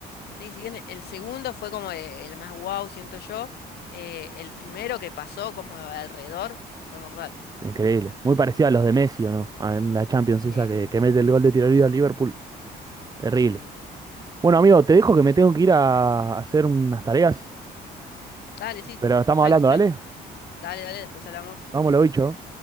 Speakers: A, on the left; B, on the right.
A: sí, si bien el segundo fue como e- el más wow, siento yo, eh, el primero que pasó como alrededor fue mortal.
B: Increíble. Muy parecido a los de Messi, ¿o no? A- En la Champions
A: Sí,
B: esa que, que mete el gol de tiro libre a Liverpool. Terrible.
A: sí, sí.
B: Bueno, amigo, te dejo que me tengo que ir a hacer unas tareas,
A: Dale, sí,
B: pero estamos
A: tranqui,
B: hablando,
A: tranqui.
B: ¿dale?
A: Dale, dale, después hablamos.
B: Vámonos, bicho.